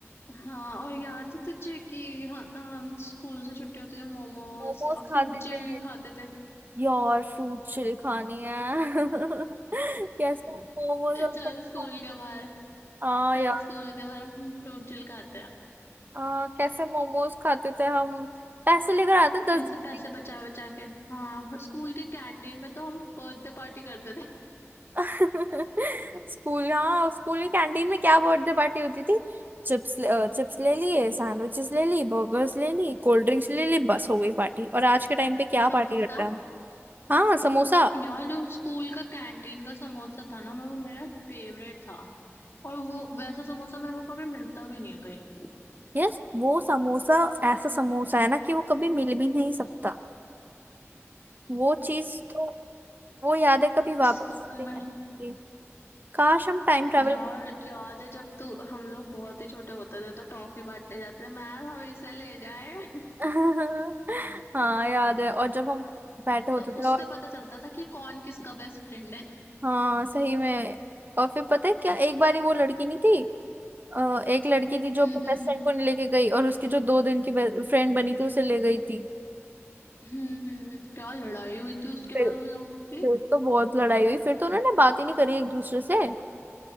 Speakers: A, on the left; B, on the right.
A: हाँ और याद है तुझे कि हाँ हम स्कूल से छुट्टी होती थी मोमोज
B: मोमोज
A: और फ्रूट
B: खाते
A: चिल
B: थे
A: खाते थे
B: यार फ्रूट चिल खानी है <laughs> कैसे मोमोज हम
A: चल
B: कट खा-
A: स्कूल के बाहर
B: हाँ
A: चल
B: यार
A: स्कूल के बाहर हम फ्रूट चिल खाते हैं
B: हाँ कैसे मोमोज खाते थे हम पैसे लेकर आते दस
A: कैसे पैसे
B: के
A: बचा बचा के हाँ स्कूल के कैंटीन में तो हम बर्थडे पार्टी करते थे
B: <laughs> स्कूल हाँ स्कूल में कैंटीन में क्या बर्थडे पार्टी होती थी चिप्स चिप्स ले लिए सैंडविचेस ले ली बर्गर्स ले ली कोल्ड ड्रिंक्स ले ली बस हो गई पार्टी और आज के टाइम पे क्या
A: समोसा
B: पार्टी करते हैं हम हाँ समोसा
A: यार जो स्कूल का कैंटीन का समोसा था ना मैं वो मेरा फेवरेट था और वो वैसा समोसा मेरे को कभी मिलता भी नहीं है कहीं
B: यस वो समोसा ऐसा समोसा है ना कि वो कभी मिल भी नहीं सकता वो चीज तो वो याद है कभी वापस
A: स्कूल
B: नहीं
A: में
B: आती। काश हम टाइम ट्रेवल
A: यार याद है जब तू हम लोग बहुत ही छोटे होते थे तो टॉफी बांट ले जाते थे मैम हम इसे ले जाए <laughs>
B: <laughs> हाँ याद है और जब हम बैठे होते
A: तो
B: थे
A: उससे
B: और
A: पता चलता था कि कौन किसका बेस्ट फ्रेंड है
B: हाँ सही में और फिर पता है क्या एक बारी वो लड़की नहीं थी अ, एक लड़की थी जो
A: हम्म
B: अपने
A: हम्म
B: बेस्ट फ्रेंड को नहीं लेके गई और उसकी जो दो दिन की फ्रेंड बनी थी उसे ले गई थी
A: हम्म हम्म, हम्म। क्या लड़ाई हुई थी उसके
B: फिर
A: बाद उन लोगों की
B: फिर तो बहुत लड़ाई हुई फिर तो उन्होंने बात ही नहीं करी एक दूसरे से